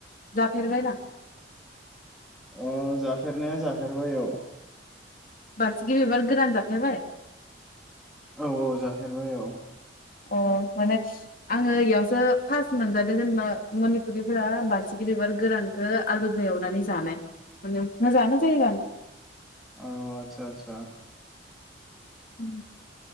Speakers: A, on the left; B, in the centre.
A: जाफेरबायना
B: औ औ जाफेरनाया जाफेरबाय औ
A: बारसिखि बिबार गोरान जाफेरबाय
B: औ औ जाफेरबाय औ
A: अ माने आङो एयावसो फार्स्ट मोनजादो जेनेबा मनिपुरिफोरा बारसिखि बिबार गोरानखौ आलु दो एवनानै जानाय माने मोजानो जायो जानो।
B: अ आतसा आतसा
A: उम